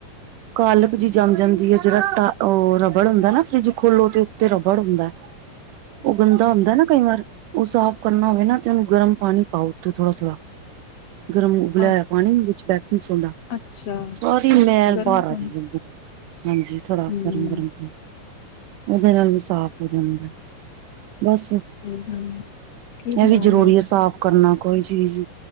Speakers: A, on the right (about 75°); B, on the left (about 55°).
A: ਕਾਲਕ ਜੀ ਜੰਮ ਜਾਂਦੀ ਏ, ਜੇੜਾ ਓ ਰਬੜ ਹੁੰਦਾ ਨਾ ਫਰਿਜ ਖੋਲੋ ਤੇ ਉੱਤੇ ਰਬੜ ਹੁੰਦਾ ਹੈ।
B: <unintelligible>
A: ਓ ਗੰਦਾ ਹੁੰਦਾ ਨਾ ਕਈ ਵਾਰ ਸਾਫ਼ ਕਰਨਾ ਹੋਵੇ ਨਾ ਤੇ ਉਹਨੂੰ ਗਰਮ ਪਾਣੀ ਪਾਓ ਉਤੋਂ ਥੋੜਾ-ਥੋੜ੍ਹਾ। ਗਰਮ ਉਬਲਿਆ
B: ਅ
A: ਹੋਇਆ ਪਾਣੀ ਵਿੱਚ ਬੈਕਿੰਗ ਸੋਡਾ
B: ਅੱਛਾ
A: ਸਾਰੀ ਮੈਲ
B: ਗਰਮ
A: ਬਾਹਰ ਆਜੇਗੀ।
B: ਪਾਣੀ
A: ਹਾਂਜੀ, ਥੋੜਾ
B: ਹਮ
A: ਗਰਮ-ਗਰਮ। ਓਦੇ ਨਾਲ ਵੀ ਸਾਫ਼ ਹੋ ਜਾਂਦਾ, ਬਸ
B: ਹੂੰ-ਹੂੰ ਕੀ
A: ਇਹ
B: ਬਣਾ
A: ਵੀ ਜ਼ਰੂਰੀ
B: ਰਏ ਅੱਜ?
A: ਹੈ ਸਾਫ਼ ਕਰਨਾ ਕੋਈ ਚੀਜ਼